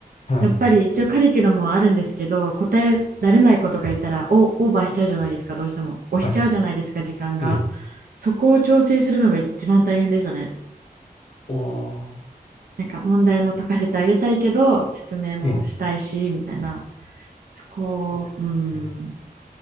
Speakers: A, on the left (about 40°); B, on the right (about 65°).
A: はい。
B: やっぱり一応カリキュラムはあるんですけど、答えられない子とかいたらオ、オーバーしちゃうじゃないですか、どうしても。押しちゃうじゃないですか、
A: はい。
B: 時間が。
A: ええ。
B: そこを調整するのが一番大変でしたね。
A: おー。
B: なんか問題も解かせてあげたいけど、説明もしたいし、
A: ええ。
B: みたいな。そこを、
A: そうですよね。
B: うん。